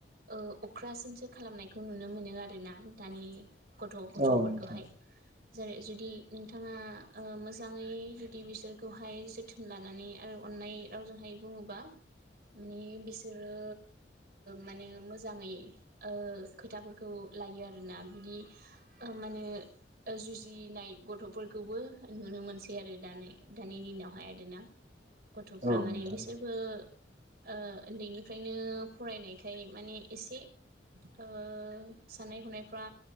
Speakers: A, on the right; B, on the right.
A: ओ अख्रासिनसो खालामनायखौ नुनो मोनो आरोना दानि गथ' गथ'फोरखौहाय।
B: औ नोंथां
A: जेरै जुदि नोंथाङा मोजाङै जुदि बिसोरखौहाय जोथोन लानानै आरो अननाय रावजोंहाय बुङोबा, माने बिसोरो मानो मोजाङै खोथाफोरखौ लायो आरोना बिदि माने जुजिनाय गथ'फोरखौबो नुनो मोनसै आरो दानि दानि दिनावहाय आरोना।
B: <unintelligible>
A: गथ'फ्रा
B: औ
A: माने बिसोरबो ओ उन्दैनिफ्रायनो फरायनायखाय माने एसे ओ साननाय हनायफ्रा